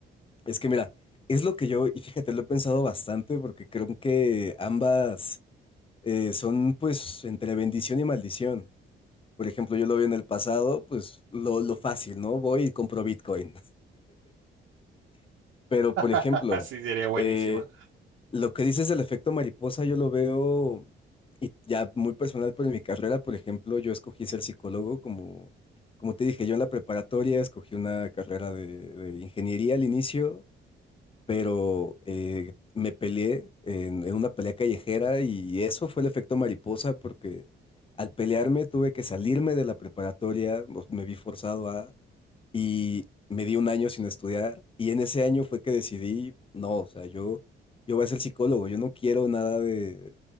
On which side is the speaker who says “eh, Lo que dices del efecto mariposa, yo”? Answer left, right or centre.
Left